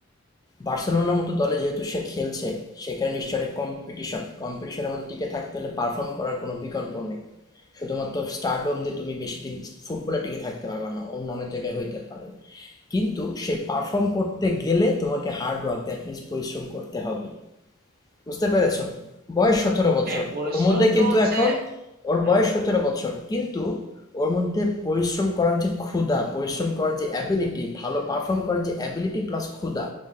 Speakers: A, on the left; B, on the right.
A: বার্সেলোনার মতো দলে যেহেতু সে খেলছে সেখানে নিশ্চয় একটা কম্পিটিশন কম্পিটিশনের মধ্যে টিকে থাকতে হলে পারফর্ম করার কোনো বিকল্প নেই শুধুমাত্র স্টারডম দিয়ে তুমি বেশি দিন ফুটবলে টিকে থাকতে পারবে না অন্য অনেক জায়গায় হইতে পারে কিন্তু সেই পারফর্ম করতে গেলে তোমাকে হার্ড ওয়ার্ক দ্যাট মিনস পরিশ্রম করতে হবে বুঝতে পেরেছো বয়স সতেরো বছর
B: হ্যাঁ পরিশ্রম
A: ওর মধ্যে
B: তো
A: কিন্তু
B: হচ্ছে
A: এখন ওর
B: হ্যাঁ
A: বয়স সতেরো বছর কিন্তু ওর মধ্যে পরিশ্রম করার যে ক্ষুধা পরিশ্রম করার যে অ্যাবিলিটি ভালো পারফর্ম করার যে অ্যাবিলিটি প্লাস ক্ষুধা